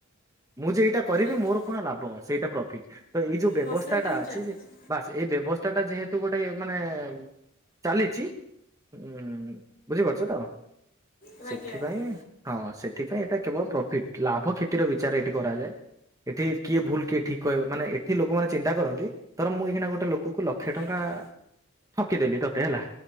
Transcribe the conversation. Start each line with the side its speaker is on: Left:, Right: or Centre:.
Right: ମୁଁ ଯେଇଟା କରିବି
Left: ଆଜ୍ଞା
Right: ମୋର କଣ ଲାବ ସେଇଟା ପ୍ର ଠିକ୍ ହା ତ ଏଇ ଯୋଉ ବ୍ୟବସ୍ଥା
Left: ହଁ ସେଇଟା
Right: ଟା
Left: ହିଁ
Right: ଅଛି
Left: ଚାଲିଛି
Right: ଯେ ବାସ୍ ବସ୍ତାଟା ଯେହେତୁ ଗୋଟେ ମାନେ ଏଁ ଚାଲିଛି ଉଁ ବୁଝିପାରୁଛ ତ?
Left: ଆଜ୍ଞା
Right: ସେଥିପାଇଁ
Left: ଆଜ୍ଞା
Right: ହଁ ସେଥିପାଇଁ ଏଟା କେବଳ ପ୍ରଫିଟ ଲାଭ କ୍ଷ ଥିର ବିଚାର ଏଠି କରାଯାଏ। ଏଠି କିଏ ଭୁଲ କିଏ ଠିକ୍ କହି ମାନେ ଏଠି ଲୋକମାନେ ଚିନ୍ତା କରନ୍ତି ଧର ମୁଁ ଏଇକ୍ଷିଣା ଗୋଟେ କୁକୁ ଲକ୍ଷେ ଟଙ୍କା
Left: ଆଜ୍ଞା
Right: ଠକିଦେଲି ତତେ ହେଲା